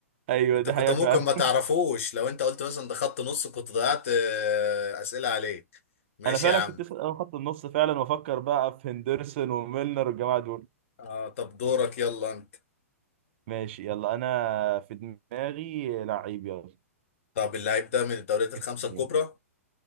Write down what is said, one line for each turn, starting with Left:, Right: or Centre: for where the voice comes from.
Right: ايوه
Left: انت
Right: دي
Left: كنت
Right: حقيقة
Left: ممكن
Right: فعلا
Left: ما تعرفوش لو انت قلت مثلا ده خط نص كنت ضيعت آه، اسئلة عليك ماشي
Right: انا فعلا
Left: يا عم
Right: كنت اسال اول خط النص فعلا وافكر بقى في هندرسون وميلنر والجماعة دول
Left: اه طب دورك يلا انت
Right: ماشي يلا انا في دماغي لعيب يلا
Left: طب اللعيب ده من الدوريات الخمسة
Right: اسألني.
Left: الكبرى